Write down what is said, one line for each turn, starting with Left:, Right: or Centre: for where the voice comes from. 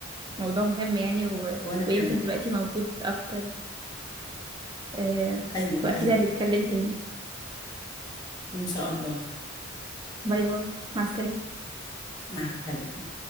Right: موضوع مهم يعني و...
Left: وأنا كمان
Right: ويمكن دلوقتي موجود اكتر آه...
Left: أيوة
Right: واكيد
Left: أيوة
Right: هنتكلم تاني
Left: إن شاء الله
Right: باي باي مع السلامه
Left: مع السلامة